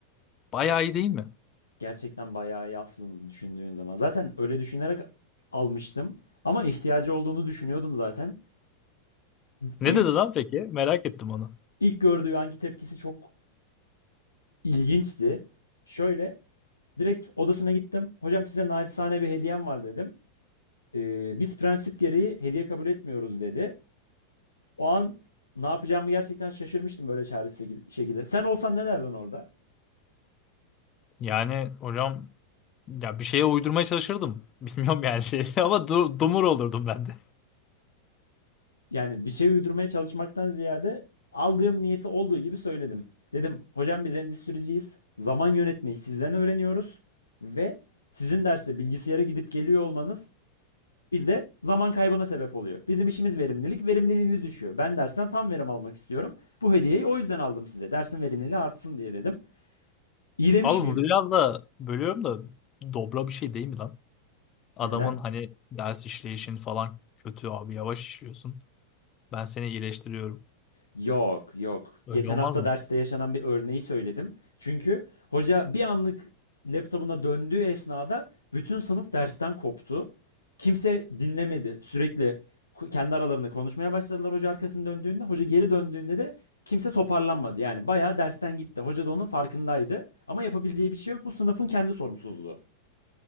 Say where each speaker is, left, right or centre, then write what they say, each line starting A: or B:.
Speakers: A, on the left (about 30°); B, on the left (about 75°).
A: Bayağı iyi değil mi?
B: gerçekten bayağı iyi aslında düşündüğün zaman. Zaten öyle düşünerek almıştım. Ama ihtiyacı olduğunu düşünüyordum zaten.
A: Ne
B: İlk
A: dedi lan peki? Merak ettim onu.
B: ilk gördüğü anki tepkisi çok ilginçti. Şöyle direkt odasına gittim. Hocam size naçizane bir hediyem var dedim. "Ee, biz prensip gereği hediye kabul etmiyoruz dedi. O an ne yapacağımı gerçekten şaşırmıştım böyle çaresiz şekil- şekilde. Sen olsan ne derdin orada?
A: Yani hocam ya bir şeye uydurmaya çalışırdım. <laughs> Bilmiyorum yani şey <laughs> ama du dumur olurdum ben de.
B: Yani bir şey uydurmaya çalışmaktan ziyade aldığım niyeti olduğu gibi söyledim. Dedim hocam biz endüstriciyiz. Zaman yönetmeyi sizden öğreniyoruz ve sizin derste bilgisayara gidip geliyor olmanız bizde zaman kaybına sebep oluyor. Bizim işimiz verimlilik, verimliliğiniz düşüyor. Ben dersten tam verim almak istiyorum. Bu hediyeyi o yüzden aldım size. Dersin verimliliği artsın diye dedim. İyi demiş
A: Abi
B: miyim?
A: bu biraz da bölüyorum da dobra bir şey değil mi lan? Adamın
B: Neden?
A: hani ders işleyişin falan kötü abi yavaş işliyorsun. Ben seni iyileştiriyorum.
B: Yok, yok.
A: Öyle
B: Geçen
A: olmaz
B: hafta
A: mı?
B: derste yaşanan bir örneği söyledim. Çünkü hoca bir anlık laptopuna döndüğü esnada bütün sınıf dersten koptu. Kimse dinlemedi. Sürekli ku- kendi aralarında konuşmaya başladılar hoca arkasını döndüğünde. Hoca geri döndüğünde de kimse toparlanmadı. Yani bayağı dersten gitti. Hoca da onun farkındaydı. Ama yapabileceği bir şey yok. Bu sınıfın kendi sorumsuzluğu.